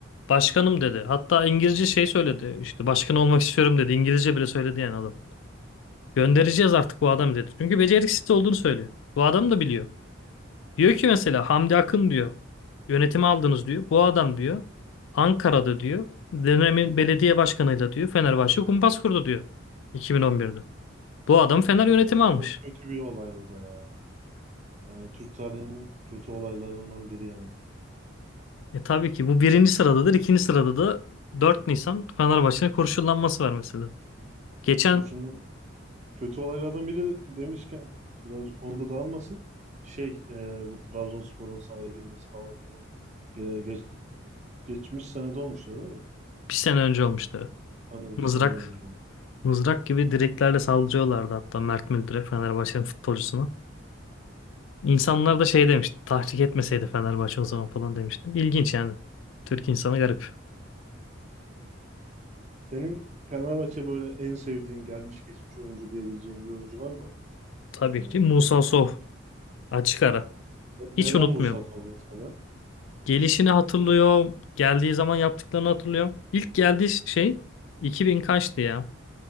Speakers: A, on the left; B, on the right.
A: Başkanım dedi. Hatta İngilizce şey söyledi. İşte başkan olmak istiyorum dedi. İngilizce bile söyledi yani adam. Göndereceğiz artık bu adamı dedi. Çünkü beceriksiz olduğunu söylüyor. Bu adam da biliyor. Diyor ki mesela Hamdi Akın diyor. Yönetimi aldınız diyor. Bu adam diyor. Ankara'da diyor. Dönemin belediye başkanıyla diyor. Fenerbahçe kumpas kurdu diyor. 2011'de. Bu adam Fener
B: Çok
A: yönetimi
B: kötü,
A: almış.
B: çok kötü bir olay o da ya. Yani Türk tarihinin kötü olaylarından biri yani.
A: E tabii ki bu birinci sıradadır. ikinci sırada da 4 Nisan Fenerbahçe'nin kurşunlanması var mesela. Geçen
B: Kurşunla Kötü olaylardan biri demişken biraz konuda dağılmasın. Şey e, bu Trabzonspor'un sahaya girmesi falan filan. Ge- geç- geçmiş senede olmuştu değil mi?
A: bir sene önce olmuştu.
B: Aynen
A: Mızrak
B: bir sene önce olmuş.
A: mızrak gibi direklerle saldırıyorlardı hatta Mert Müldür'e Fenerbahçe'nin futbolcusuna. İnsanlar da şey demişti. Tahrik etmeseydi Fenerbahçe o zaman falan demişti. İlginç yani. Türk insanı garip.
B: Senin Fenerbahçe böyle en sevdiğin gelmiş geçmiş oyuncu diyebileceğin bir oyuncu var mı?
A: Tabii
B: Yani
A: ki Musa
B: senin
A: Sow. Açık ara.
B: ne-
A: Hiç
B: neden
A: unutmuyorum.
B: Musa Sow mesela?
A: Gelişini hatırlıyorum. Geldiği zaman yaptıklarını hatırlıyorum. İlk geldiği şey 2000 kaçtı ya?